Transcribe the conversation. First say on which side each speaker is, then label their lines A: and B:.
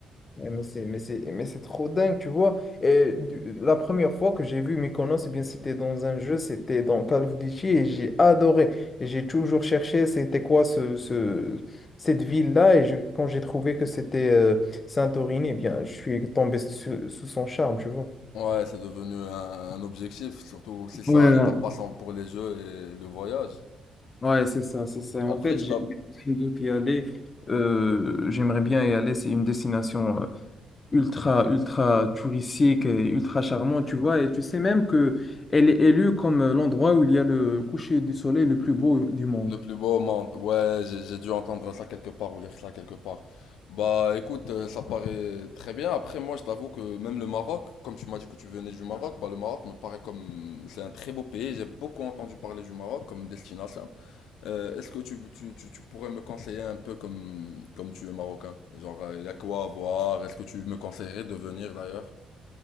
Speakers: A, on the left (about 35°); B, on the left (about 85°).
A: Ouais, Mais c'est, mais c'est, mais c'est trop dingue, tu vois. Et du- la première fois que j'ai vu Mykonos, eh bien, c'était dans un jeu, c'était dans Call of Duty et j'ai adoré. Et j'ai toujours cherché c'était quoi ce, ce, cette ville-là. Et je- quand j'ai trouvé que c'était euh, Santorini, eh bien, je suis tombé sous, sous son charme, tu vois.
B: Ouais, c'est devenu un, un objectif, surtout si ça
A: Ouais,
B: a l'étape passant pour les jeux et le voyage.
A: ouais, c'est ça, c'est ça.
B: Après,
A: En fait,
B: je
A: j'ai
B: tape
A: j'ai envie d'y aller. Euh, j'aimerais bien y aller. C'est une destination ultra, ultra touristique et ultra charmant, tu vois. Et tu sais même que elle est élue comme l'endroit où il y a le coucher du soleil le plus beau du monde.
B: le plus beau au monde. Ouais, j'ai j'ai dû entendre ça quelque part ou lire ça quelque part. Bah écoute, euh, ça paraît très bien. Après, moi, je t'avoue que même le Maroc, comme tu m'as dit que tu venais du Maroc, bah le Maroc me paraît comme... C'est un très beau pays, j'ai beaucoup entendu parler du Maroc comme destination. Euh, est-ce que tu, tu, tu, tu pourrais me conseiller un peu comme, comme tu es marocain? Genre, euh, il y a quoi à voir? Est-ce que tu me conseillerais de venir d'ailleurs?